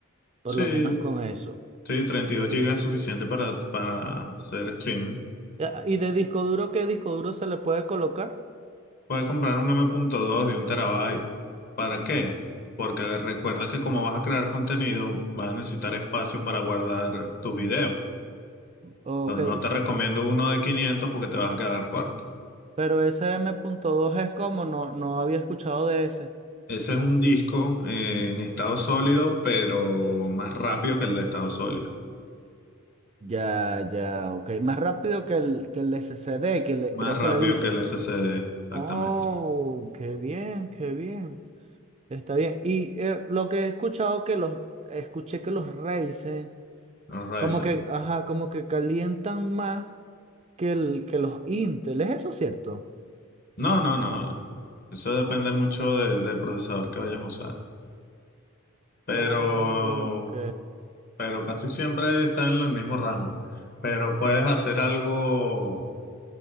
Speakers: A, on the right; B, on the left.
A: por
B: Sí,
A: lo menos con eso.
B: sí, Treinta y dos gigas es suficiente para, para hacer streaming.
A: Ya, ¿Y de disco duro, qué disco duro se le puede colocar?
B: Puedes comprar un M.2 de un terabyte. ¿Para qué? Porque recuerda que como vas a crear contenido, vas a necesitar espacio para guardar tus videos.
A: Ok,
B: Entonces no te recomiendo uno de 500 porque te vas a quedar corto.
A: pero ese M punto dos es como, no, no había escuchado de ese.
B: Ese es un disco eh, en estado sólido, pero más rápido que el de estado sólido.
A: Ya, ya, ok. Más rápido que el, que el SSD, que le,
B: Más
A: creo
B: rápido
A: que le dice.
B: que el SSD,
A: Oh,
B: exactamente.
A: qué bien, qué bien. Está bien. Y eh, lo que he escuchado que los escuché que los Ryzen
B: No, Ryzen.
A: como que, ajá, como que calientan más que el que los Intel, ¿es eso cierto?
B: No, no, no. Eso depende mucho de- del procesador que vayas a usar. Pero,
A: Ok.
B: pero casi siempre está en el mismo rango. Pero puedes hacer algo